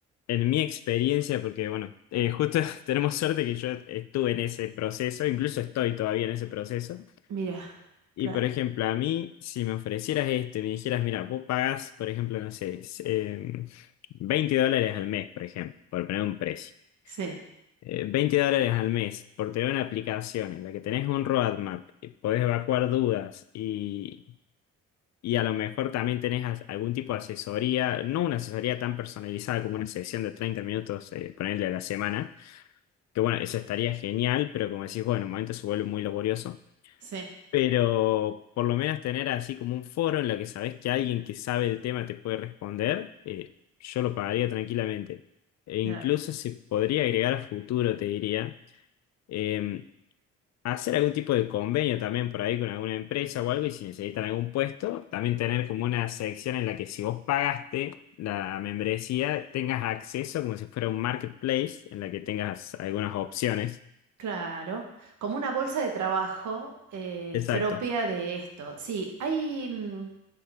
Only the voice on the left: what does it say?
en mi experiencia, porque bueno, eh, justo <laughs> tenemos suerte que yo estuve en ese proceso, incluso estoy todavía en ese proceso.
Y
por ejemplo, a mí, si me ofrecieras esto y me dijeras, mira, vos pagás, por ejemplo, no sé, s- em, 20 dólares al mes, por ejemplo, por poner un precio.
Eh, 20 dólares al mes por tener una aplicación en la que tenés un roadmap, eh, podés evacuar dudas y, y a lo mejor también tenés as- algún tipo de asesoría, no una asesoría tan personalizada como una sesión de 30 minutos, eh, ponerle a la semana, que bueno, eso estaría genial, pero como decís, bueno, en un momento se vuelve muy laborioso.
Pero por lo menos tener así como un foro en lo que sabes que alguien que sabe el tema te puede responder, eh, yo lo pagaría tranquilamente. E
incluso se podría agregar a futuro, te diría, eh, hacer algún tipo de convenio también por ahí con alguna empresa o algo y si necesitan algún puesto, también tener como una sección en la que si vos pagaste la membresía, tengas acceso como si fuera un marketplace en la que tengas algunas opciones.
Exacto.